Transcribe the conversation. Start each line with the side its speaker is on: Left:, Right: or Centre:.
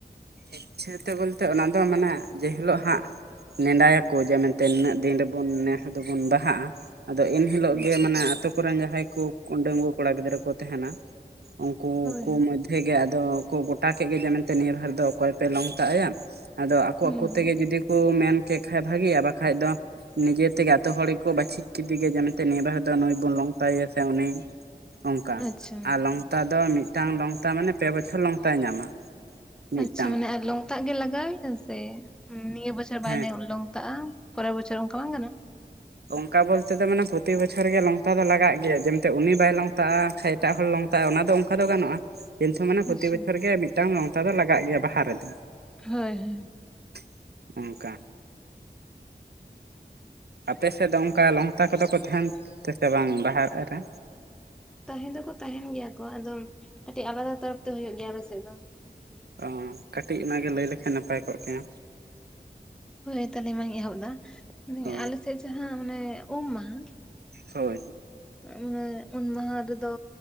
Right: ᱤᱪᱪᱷᱟᱹ ᱛᱮ ᱵᱚᱞᱛᱮ, ᱚᱱᱟ ᱫᱚ ᱢᱟᱱᱮ ᱡᱮ ᱦᱤᱞᱳᱜ ᱦᱟᱸᱜ ᱱᱮᱱᱰᱟᱭ ᱟᱠᱚ ᱡᱮ ᱢᱮᱱᱛᱮ ᱱᱤᱱᱟᱹᱜ ᱫᱤᱱ ᱨᱮ ᱵᱚᱱ ᱱᱮᱥ ᱫᱚᱵᱚᱱ ᱵᱟᱦᱟᱜ-ᱟ ᱾ ᱟᱫᱚ ᱤᱱ ᱦᱤᱞᱳᱜ
Centre: ᱟᱪᱪᱷᱟ
Right: ᱜᱮ ᱢᱟᱱᱮ ᱟᱛᱳ ᱠᱚᱨᱮᱱ ᱡᱟᱦᱟᱸᱭ ᱠᱚ ᱰᱟᱹᱝᱜᱩᱣᱟᱹ ᱠᱚᱲᱟ ᱜᱤᱫᱽᱨᱟᱹ ᱠᱚ ᱛᱟᱦᱮᱱᱟ ᱩᱱᱠᱩ
Centre: ᱦᱳᱭ
Right: ᱠᱚ
Centre: ᱦᱳᱭ
Right: ᱢᱚᱫᱽᱫᱷᱮ ᱜᱮ ᱟᱫᱚ ᱠᱚ ᱜᱚᱴᱟ ᱠᱮᱜ ᱜᱮ ᱡᱮ ᱢᱮᱱᱛᱮ ᱱᱤᱭᱟᱹ ᱵᱟᱨ ᱫᱚ ᱚᱠᱚᱭ ᱯᱮ ᱞᱚᱝᱛᱟᱜ ᱟᱭᱟ ᱾ ᱟᱫᱚ ᱟᱠᱚ
Centre: ᱦᱩᱸ
Right: ᱟᱠᱚ
Centre: ᱦᱩᱸ
Right: ᱛᱮᱜᱮ ᱡᱩᱫᱤ ᱠᱚ ᱢᱮᱱ ᱠᱮᱜ ᱠᱷᱟᱜ ᱵᱷᱟᱜᱤᱭᱟ, ᱵᱟᱠᱷᱟᱡ ᱫᱚ ᱱᱤᱡᱮ ᱛᱮᱜᱮ ᱟᱛᱳ ᱦᱚᱲ ᱜᱮ ᱠᱚ ᱵᱟᱹᱪᱷᱤᱠ‌ ᱠᱮᱫᱮ ᱜᱮ ᱡᱮ ᱢᱮᱱᱛᱮ ᱱᱤᱭᱟᱹ ᱵᱟᱨ ᱫᱚ ᱱᱩᱭ ᱵᱚᱱ ᱞᱚᱝᱛᱟᱭᱮᱭᱟ ᱥᱮ ᱩᱱᱤ ᱾ ᱚᱱᱠᱟ,
Centre: ᱟᱪᱪᱷᱟ
Right: ᱟᱨ ᱞᱚᱝᱛᱟ ᱫᱚ ᱢᱤᱫᱴᱟᱝ ᱞᱚᱝᱛᱟ ᱢᱟᱱᱮ ᱯᱮ ᱵᱚᱪᱷᱚᱨ ᱞᱚᱝᱛᱟᱭ ᱧᱟᱢᱟ᱾ ᱢᱤᱫᱴᱟᱝ
Centre: ᱟᱪᱪᱷᱟ ᱢᱟᱱᱮ ᱟᱨ ᱞᱚᱝᱛᱟᱜ ᱜᱮ ᱞᱟᱜᱟᱣ ᱮᱭᱟ ᱥᱮ ᱩᱸ ᱱᱤᱭᱟᱹ ᱵᱚᱪᱷᱚᱨ ᱵᱟᱭ
Right: ᱦᱮᱸ
Centre: ᱱᱮᱣ ᱞᱚᱝᱛᱟᱜ-ᱟ? ᱯᱚᱨᱮᱨ ᱵᱚᱪᱷᱚᱨ ᱚᱱᱠᱟ ᱵᱟᱝ ᱜᱟᱱᱚᱜ-ᱟ?
Right: ᱚᱱᱠᱟ ᱵᱚᱞᱛᱮ ᱫᱚ ᱢᱟᱱᱮ ᱯᱨᱚᱛᱤ ᱵᱚᱪᱷᱚᱨ ᱜᱮ ᱞᱚᱝᱛᱟ ᱫᱚ ᱞᱟᱜᱟᱜ ᱜᱮᱭᱟ, ᱡᱮ ᱢᱮᱱᱛᱮ ᱩᱱᱤ ᱵᱟᱭ ᱞᱚᱝᱛᱟᱜ-ᱟ ᱮᱴᱟᱜ ᱦᱚᱲ ᱞᱚᱝᱛᱟᱜ-ᱟ ᱚᱱᱟᱫᱚ ᱚᱱᱠᱟ ᱫᱚ ᱜᱟᱱᱚᱜ-ᱟ ᱾ ᱠᱤᱱᱛᱩ ᱢᱟᱱᱮ ᱯᱨᱚᱛᱤ
Centre: ᱟᱪᱪᱷᱟ
Right: ᱵᱚᱪᱷᱚᱨ ᱜᱮ ᱢᱤᱫᱴᱟᱝ ᱞᱚᱝᱛᱟ ᱫᱚ ᱞᱟᱜᱟᱜ ᱜᱮᱭᱟ ᱵᱟᱦᱟ ᱨᱮᱫᱚ᱾
Centre: ᱦᱳᱭ ᱦᱳᱭ᱾
Right: <inaudible> ᱚᱱᱠᱟ᱾ ᱟᱯᱮ ᱥᱮᱫ ᱫᱚ ᱚᱱᱠᱟ ᱞᱚᱝᱛᱟ ᱠᱚᱫᱚ ᱠᱚ ᱛᱟᱦᱮᱱ <unintelligible> ᱵᱟᱝ ᱵᱟᱦᱟ ᱨᱮ?
Centre: ᱛᱟᱦᱮᱸ ᱫᱚᱠᱚ ᱛᱟᱦᱮᱱ ᱜᱮᱭᱟ ᱠᱚ ᱾ ᱟᱫᱚ ᱠᱟᱹᱴᱤᱡ ᱟᱞᱟᱫᱟ ᱛᱚᱨᱚᱯ ᱛᱮ ᱦᱩᱭᱩᱜ ᱜᱮᱭᱟ ᱟᱞᱮ ᱥᱮᱫ ᱫᱚ᱾
Right: ᱚ, ᱠᱟᱹᱴᱤᱡ ᱚᱱᱟᱜᱮ ᱞᱟᱹᱭ ᱞᱮᱠᱷᱟᱱ ᱱᱟᱯᱟᱭ ᱠᱚᱜ ᱜᱮᱭᱟ᱾
Centre: ᱦᱳᱭ ᱛᱟᱦᱞᱮ ᱢᱟᱧ ᱮᱦᱚᱵ ᱮᱫᱟ,
Right: ᱦᱳᱭ
Centre: ᱟᱞᱮᱥᱮᱫ ᱡᱟᱦᱟᱸ ᱢᱟᱱᱮ ᱩᱢ ᱢᱟᱦᱟ
Right: ᱦᱳᱭ ᱾
Centre: <unintelligible> ᱩᱢ ᱢᱟᱦᱟ ᱨᱮᱫᱚ